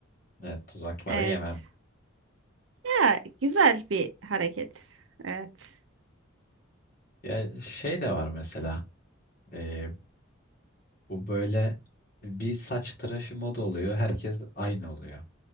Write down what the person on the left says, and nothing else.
Evet, tuzaklara
yemem.
Ya şey de var mesela. E, bu böyle bir saç tıraşı moda oluyor. Herkes aynı oluyor.